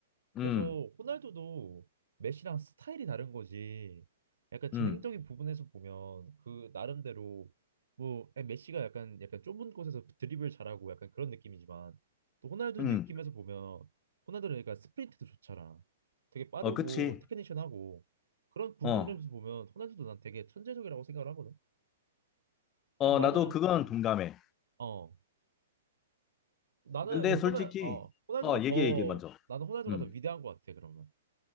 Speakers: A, on the left; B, on the right.
A: 응,
B: 그래서 호날두도 메시랑 스타일이 다른 거지. 약간 재능적인
A: 응,
B: 부분에서 보면 그 나름대로 뭐 에, 메시가 약간 약간 좁은 곳에서 드리블 잘하고 약간 그런 느낌이지만 또 호날두
A: 응,
B: 느낌에서 보면 호날두는 약간 스프린트도 좋잖아. 되게 빠르고
A: 어, 그치.
B: 테크니션하고 그런 부분에서
A: 어.
B: 보면 호날두도 난 되게 천재적이라고 생각을 하거든.
A: 어,
B: 그래서 나는
A: 나도 그건
B: 어
A: 동감해.
B: 어 나는
A: 근데
B: 그래서
A: 솔직히,
B: 호날 어 호날두가
A: 어,
B: 더
A: 얘기해, 얘기해, 먼저.
B: 나는 호날두가
A: 음.
B: 더 위대한 것 같아 그러면.